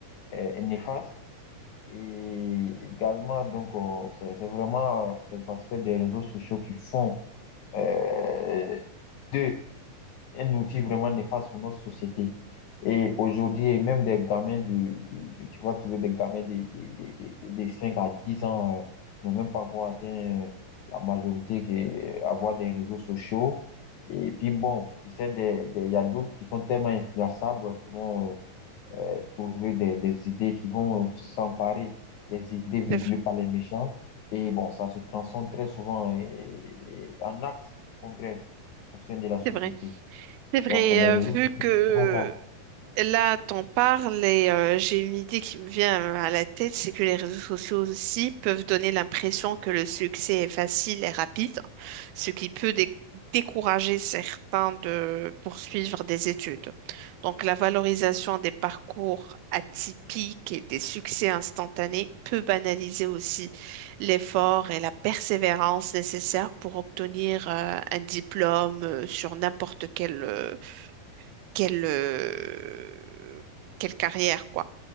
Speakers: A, on the left; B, on the right.
A: euh, néfastes. Et également, donc, euh, c'est c'est vraiment euh, ces aspects des réseaux sociaux qui font euh, d'eux un outil vraiment néfaste pour notre société. Et aujourd'hui, et même des gamins de, de, de- tu vas trouver des gamins des des des des des- 5 à 10 ans, euh, n'ont même pas encore atteint euh, la majorité, qui est avoir des réseaux sociaux. Et puis bon, tu sais, des- des- il y a d'autres qui sont tellement influençables qui vont euh, trouver des, des idées, qui vont s'emparer des idées véhiculées
B: C'est vrai.
A: par les méchants. Et bon, ça se transforme très souvent euh, en actes concrets au sein de la société.
B: C'est vrai. C'est vrai,
A: Donc, les
B: euh,
A: réseaux
B: vu
A: sociaux,
B: que
A: c'est pas ça.
B: là, t'en parles et euh, j'ai une idée qui me vient à la tête, c'est que les réseaux sociaux aussi peuvent donner l'impression que le succès est facile et rapide, ce qui peut dé- décourager certains de poursuivre des études. Donc, la valorisation des parcours atypiques et des succès instantanés peut banaliser aussi l'effort et la persévérance nécessaires pour obtenir euh, un diplôme euh, sur n'importe quel euh, quelle, euh, quelle carrière, quoi.